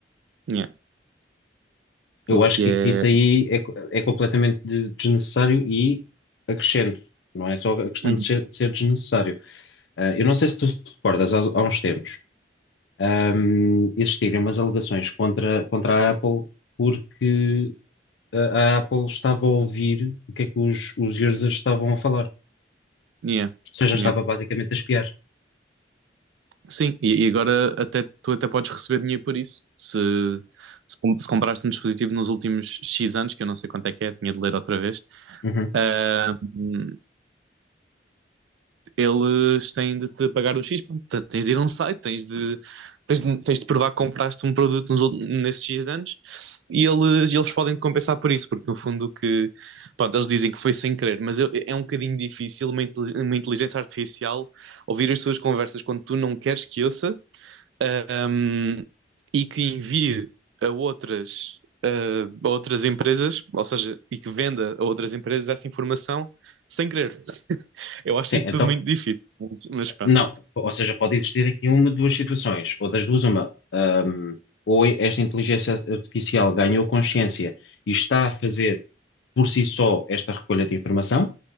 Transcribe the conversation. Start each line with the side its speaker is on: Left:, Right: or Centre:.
Right: yeah.
Left: Eu
Right: O
Left: acho
Right: que
Left: que
Right: é.
Left: isso aí é, co- é completamente de- desnecessário e acrescento. Não é só a questão
Right: Hum,
Left: de ser, de ser desnecessário. Ah, eu não sei se tu te recordas, há, há uns tempos, ahm, existiram umas alegações contra, contra a Apple porque a, a Apple estava a ouvir o que é que os os users estavam a falar.
Right: Yeah,
Left: Ou seja,
Right: yeah.
Left: estava basicamente a espiar.
Right: Sim, e, e agora até, tu até podes receber dinheiro por isso. Se, se, com- se compraste um dispositivo nos últimos X anos, que eu não sei quanto é que é, tinha de ler outra vez.
Left: Uhum.
Right: Ah, hum, eles têm de te pagar um X, portanto, tens de ir a um site, tens de, tens de, tens de provar que compraste um produto nos, nesses X anos e eles, eles podem te compensar por isso, porque no fundo que, pronto, eles dizem que foi sem querer, mas eu- é um bocadinho difícil uma, intelig- uma inteligência artificial ouvir as tuas conversas quando tu não queres que ouça ahm, e que envie a outras, ah, a outras empresas, ou seja, e que venda a outras empresas essa informação sem querer. <laughs> Eu acho
Left: Sim,
Right: isso
Left: então,
Right: tudo muito difícil, mas, mas pronto.
Left: não, ou seja, pode existir aqui uma de duas situações, ou das duas uma, Ahm, ou esta inteligência artificial ganhou consciência e está a fazer por si só esta recolha de informação,